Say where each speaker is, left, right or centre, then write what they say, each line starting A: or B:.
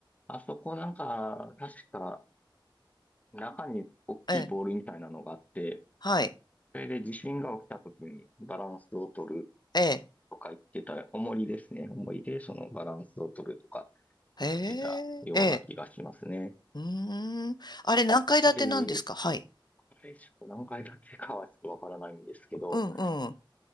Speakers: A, on the left; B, on the left.
A: あそこなんか、確か、中に大きいボールみたいなのがあって、
B: ええ。はい。
A: それで地震が起きた時にバランスを取る
B: ええ。
A: とか言ってた、重りですね。重りでそのバランスを取るとか言ってたような気がしますね。
B: へえ、ええ。うーん。あれ、
A: あとやっぱり、
B: 何階建てなんですかはい。
A: あれちょっと何回だけかはちょっとわからないんですけど、
B: うんうん。